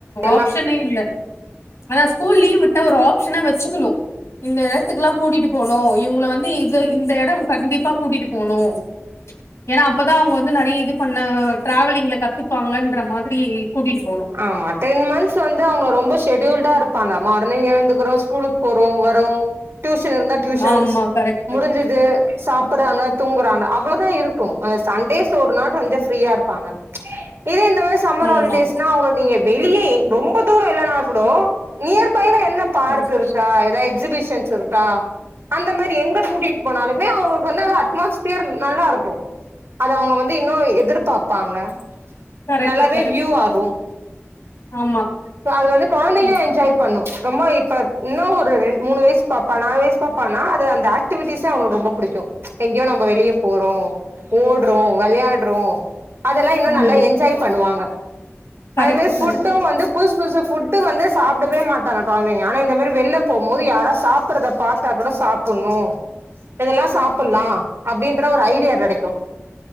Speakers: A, on the right (about 60°); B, on the left (about 80°).
A: எல்லா
B: ஆப்ஷனே இல்ல அதான் ஸ்கூல் லீவ் விட்டா ஒரு ஆப்ஷனா வச்சுக்கிணும் இந்த இடத்துக்குல்லாம் கூட்டிட்டு போனும் இவங்கள வந்து வந்து இது இந்த இடம் கண்டிப்பா அப்பா கூட்டிட்டு போனோம் ஏன்னா அப்பதான் அவங்க வந்து நெறைய இது பண்ண டிரவலிங்ல கத்துப்பாங்கன்ற மாரி கூட்டிட்டு போனும்
A: ஆமா டென் மந்த்ஸ் வந்து அவங்க ரொம்ப ஷெடியூல்டா இருப்பாங்க மார்னிங் எழுந்துக்குறோம் ஸ்கூலுக்கு போறோ வரோம் டியூஷன் இருந்தா டியூஷன்ஸ்
B: ஆமா கரெக்ட்டு
A: முடிஞ்சது சாப்புறாங்க தூங்கறாங்க அவ்வளவுதான் இருக்கும் அது சண்டேஸ் <unintelligible> கொஞ்சம் ஃப்ரீயா இருப்பாங்க இதே இந்த மாதிரி சம்மர்ஹாலிடேஸ்னா
B: ஆமா
A: அவங்க நீங்க வெளியே ரொம்ப தூரம் இல்லன்னா கூட நியர் பைல எந்த என்ன பார்க்
B: கரெக்ட்
A: இருக்கா ஏதாவது எக்ஸிபிஷன்ஸ் இருக்கா அந்த மாரி எங்க கூட்டிகிட்டு போனாலுமே அவங்களுக்கு வந்து அந்த அட்மாஸ்பியர் நல்லா இருக்கும் அது அவங்க வந்து இன்னும் எதிர்பாப்பாங்க
B: கரெக்ட்டு
A: நல்லாவே
B: கரெக்ட்டு
A: வியூ ஆகும்
B: ஆமா
A: இப்போ அது வந்து குழந்தைங்க
B: கரெக்ட்
A: என்ஜாய் பண்ணும் ரொம்ப இப்ப இன்னும் ஒரு ரெண்டு மூணு வயசு பாப்பான நாலு வயசு பாப்பான அது அந்த ஆக்டிவிட்டிஸே அவங்களுக்கு ரொம்ப பிடிக்கும் எங்கேயோ நம்ம வெளியே போறோம் ஓடுறோம் விளையாட <inaudible> அததெல்லாம் இன்னும்
B: ஆமா
A: நல்லா என்ஜாய் பண்ணுவாங்க
B: கரெக்ட்டு
A: அது மாதிரி ஃபுட்டும்
B: கரெக்ட்டு
A: வந்து ‌ஃபுட்டு் வந்து சாப்பிடவே மா குழந்தைங்க ஆனா இந்த மேரி வெளியில போம்போது யாரவது சாப்ரதா பாத்தா கூட சாப்பிடும் இதெல்லாம் சாப்பிடலாம் அப்படினு ஒரு ஐடியா கிடைக்கும்